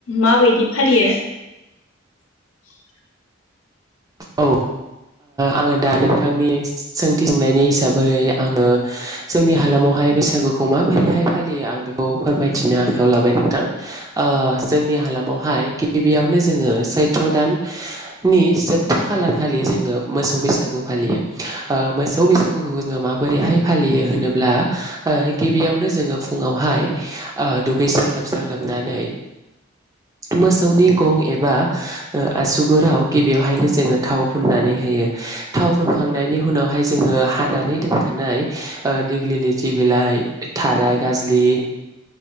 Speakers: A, on the left; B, on the right.
A: माबायदि फालियो। <inaudible>
B: औ आङो दा नोंथांनि सोंथि जोंनायनि हिसाबै आङो जोंनि हालामावहाय बैसागुखौ माबोरैहाय फालियो आं बेखौ फोरमायथिनो आखायाव लाबाय नोंथां ओ जोंनि हालामावहाय गिबियावनो जोङो सैथ्र दान नि जोबथा खालार खालि जोङो मोसौ बैसागु फालियो ओ मोसौ बैसागुखौ जोङो माबोरैहाय फालियो होनोब्ला ओ गिबियावनो जोङो फुङावहाय ओ दुगैस्रां लोबस्रां लोबनानै मोसौनि गं एबा ओ आसुगुराव गिबियावहायनो जोङो थाव फुननानै होयो थाव फुनखांनायनि उनावहाय जोङो हानानै दोनखानाय ओ देग्लि लथि बिलाइ थाराय गाज्लि